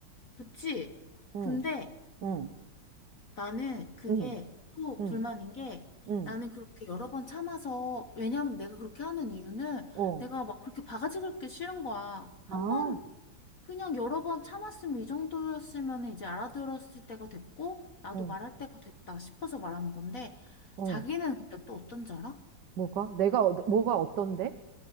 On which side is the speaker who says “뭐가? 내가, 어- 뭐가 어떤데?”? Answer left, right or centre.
Right